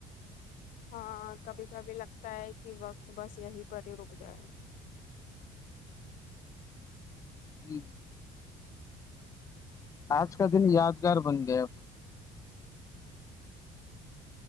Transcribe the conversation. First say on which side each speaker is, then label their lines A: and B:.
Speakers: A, on the left (about 65°); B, on the left (about 25°).
A: ہاں کبھی کبھی لگتا ہے کی وقت بس یہیں پر ہی رک جائے
B: جی آج کا دن یادگار بن گیا